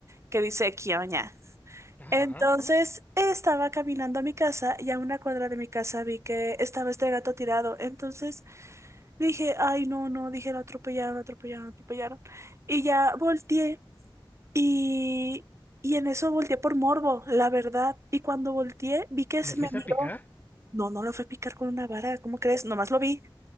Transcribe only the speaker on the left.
Ajá.
¿Lo
fuiste
a picar?